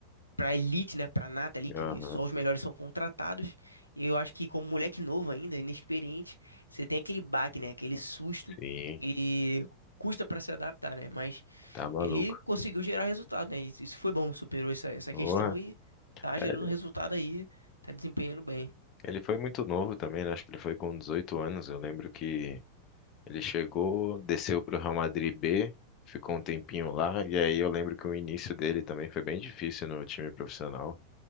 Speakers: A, on the left (about 85°); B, on the left (about 35°).
A: pra elite, né, pra nata ali, que
B: aham,
A: só os melhores são contratados. E eu acho que como moleque novo ainda, inexperiente, você tem aquele baque, né, aquele susto
B: sim,
A: e custa pra se adaptar, né? Mas
B: tá maluco.
A: ele conseguiu gerar resultado, né? Isso isso foi bom, superou essa, essa
B: Porra,
A: questão e tá gerando
B: é,
A: resultado aí, tá desempenhando bem.
B: ele foi muito novo também, né? Acho que ele foi com 18 anos. Eu lembro que ele chegou, desceu pro Real Madrid B, ficou um tempinho lá, e aí eu lembro que o início dele também foi bem difícil no time profissional.